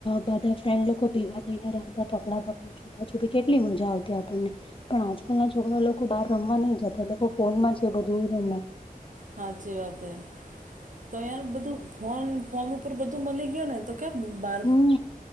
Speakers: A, on the left (about 35°); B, on the right (about 55°).
A: બધા ફ્રેન્ડ લોકો ભેગા થઈને રમતા પકડા પકડી છુપાછુપી કેટલી મજા આવતી આપણને પણ આજકાલ ના છોકરા લોકો બહાર રમવા નહી જતા એ લોકો ફોનમાં જ એ બધું રમે
B: સાચી વાત એ તો <inaudible> બધું ફોન ફોન ઉપર બધું મળી ગય ને તો કે મુંબાઈ
A: હમ્મ